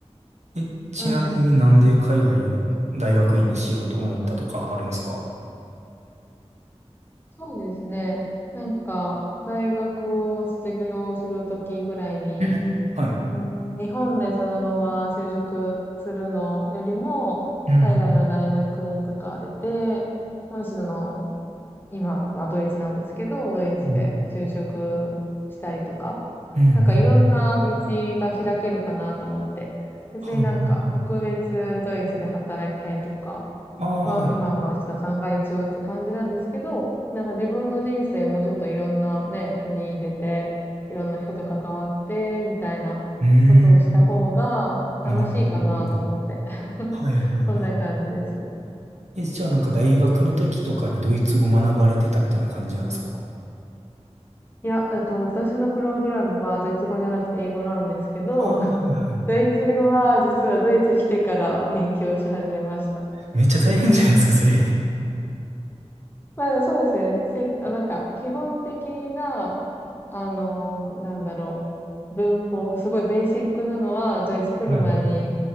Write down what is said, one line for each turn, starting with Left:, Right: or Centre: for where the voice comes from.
Right: え、ちなみになんで海外の大学院にしようと思ったとかあるんですか
Left: うんうん。そうですね。なんか、大学を卒業するときぐらいに、
Right: うんはい。
Left: うん、日本でそのまま就職するのよりも、
Right: うん、
Left: 海外の大学院とか出て、もしその今、まあドイツなんですけど、ドイツで就職したりとか、
Right: うん、うん、うん。
Left: なんかいろんな道が開けるかなと思って、
Right: うん
Left: 別になんか特別ドイツで働きたいとか、
Right: はい、はい、はい。ああ、
Left: まあ今はまあちょっと考え中って感じなんですけど、
Right: はい。
Left: なんか自分の人生もうちょっといろんなね、国出て、いろんな人と関わって、みたいなことをした方が楽しいかなと思って。
Right: うーん、なるほど、なるほ
Left: <laughs>
Right: ど。はい、はい、
Left: そんな感じですね。
Right: はい。え、じゃあなんか大学の時とかにドイツ語学ばれてたみたいな感じなんですか
Left: いや、えっと、私のプログラムはドイツ語じゃなくて英語なんですけど、
Right: ああ、はい、
Left: <laughs>
Right: はい。
Left: ドイツ語は実はドイツ来てから勉強し始めました。
Right: めっちゃ大変じゃないですか、それ。
Left: まあそうですね。せ、あ、なんか、基本的な、あの、なんだろう、文法、すごいベーシックなのは、ドイツ来る前に、
Right: はい。